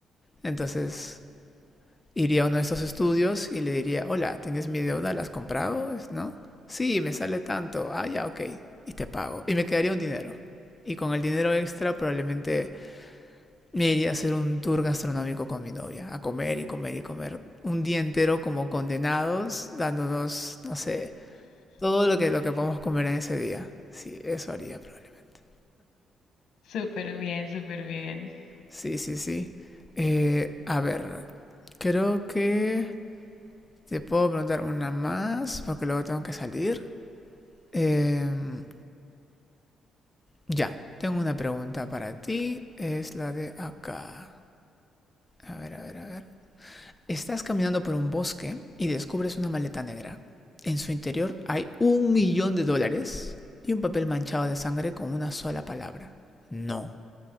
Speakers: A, on the left; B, on the left.
A: Entonces, iría a uno de esos estudios y le diría, hola, ¿tienes mi deuda? ¿La has comprado? Es- ¿No? Sí, me sale tanto. Ah, ya, ok. Y te pago. Y me quedaría un dinero. Y con el dinero extra probablemente me iría a hacer un tour gastronómico con mi novia, a comer y comer y comer un día entero como condenados, dándonos, no sé, todo lo que, lo que podemos comer en ese día. Sí, eso haría probablemente.
B: Súper bien, súper bien.
A: Sí, sí, sí. Eh, a ver, creo que te puedo preguntar una más porque luego tengo que salir. Em, ya, tengo una pregunta para ti. Es la de acá. A ver, a ver, a ver. Estás caminando por un bosque y descubres una maleta negra. En su interior hay un millón de dólares y un papel manchado de sangre con una sola palabra. No.